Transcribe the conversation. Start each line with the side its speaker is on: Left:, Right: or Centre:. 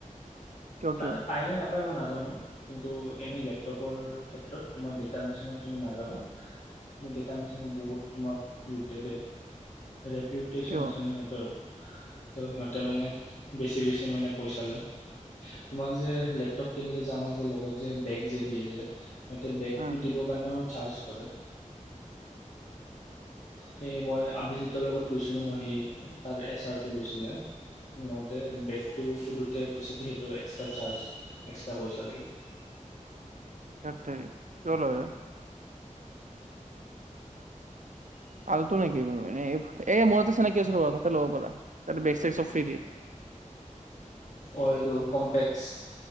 Right: কিয়
Left: তাতে
Right: কিয়
Left: পায়নে নাপায় মই নাজানো কিন্তু এনেই লেপ। টপৰ ক্ষেত্ৰত তোমাৰ ডেটা মেচনত তুমি নাযাবা তুমি ডেটা মেচনে বহুত তোমাক লুটে দে। ৰেপিউটেশ্যন
Right: কিয়
Left: আছে ন সিহঁতৰ ত' সিহঁতে মানে বেছি-বেছি মানে পইচা লয়, তোমাক যে লেপটপ কিনিলে যে, আমাক যে, লগত যে, বেগ যে, দিয়ে যে সিহঁতে বেগটো
Right: উম
Left: দিব কাৰণেও চাৰ্জ কৰে। সেয়ে মই আভিজিতৰ লগত গৈছিলোঁ ন, সি তাৰ এচ আৰটো লৈছিলে, লওঁতে বেগটো সোধোতে কৈছে কি সেইটো এক্সট্ৰা চাৰ্জ, এক্সট্ৰা পইচা লাগে।
Right: সেত তেৰি, কিয় লাগে? আৰু টো নেকি, এই মোৰটো চিনাকি আছিল ল'ৰাটো ফোন নম্বৰটো ল'ব পাৰা তাতে বেগ-চেগ চব ফ্ৰী দিয়ে।
Left: অ এইটো কম্পেক বুচ <unintelligible>